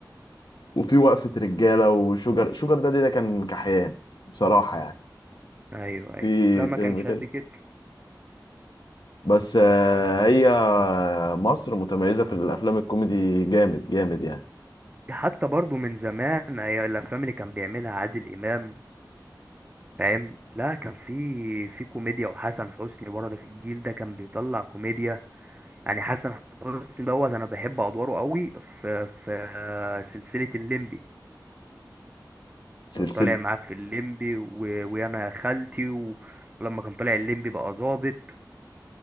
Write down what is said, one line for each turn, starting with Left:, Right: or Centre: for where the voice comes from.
Left: وفي وقفة رجالة وشجر شجر ده ده كان كحيان بصراحة يعني
Right: ايوه ايوه
Left: في
Right: لا ما
Left: فيلم
Right: كانش
Left: كده
Right: قد كده
Left: بس آه، هي مصر متميزة في الأفلام الكوميدي جامد جامد يعني
Right: حتى برضو من زمان ايوه الافلام اللي كان بيعملها عادل امام فاهم لا كان في في كوميديا وحسن حسني برضه في الجيل ده كان بيطلع كوميديا يعني حسن حسني دوت انا بحب ادواره قوي في في سلسلة الليمبي
Left: سلسلة
Right: كان طالع معاه في الليمبي و... ويانا يا خالتي و... ولما كان طالع الليمبي بقى ظابط